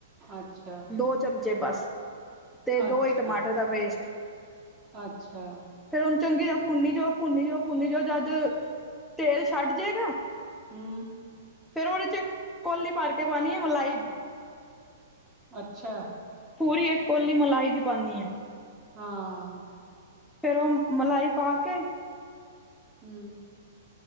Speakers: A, on the right (about 20°); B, in the centre.
A: ਅੱਛਾ,
B: ਦੋ ਚਮਚੇ ਬਸ। ਤੇ, ਦੋ
A: ਅੱਛਾ,
B: ਈ ਟਮਾਟਰ ਦਾ ਪੇਸਟ।
A: ਅੱਛਾ
B: ਫਿਰ ਹੁਨ ਚੰਗੀ ਤਰਾ ਭੁੰਨੀ ਜਾਓ, ਭੁੰਨੀ ਜਾਓ, ਭੁੰਨੀ ਜਾਓ, ਜਦ ਤੇਲ ਛੱਡਜੇਗਾ
A: ਹੂੰ।
B: ਫਿਰ ਉਹਦੇ'ਚ ਇੱਕ, ਕੌਲੀ ਭਰਕੇ ਪਾਣੀ ਏ ਮਲਾਈ।
A: ਅੱਛਾ!
B: ਪੂਰੀ ਇੱਕ ਕੋਲੀ ਮਲਾਈ ਦੀ ਪਾਂਨੀ ਆ।
A: ਹਾਂ।
B: ਫਿਰ ਉਹ, ਮਲਾਈ ਪਾਕੇ
A: ਹੂੰ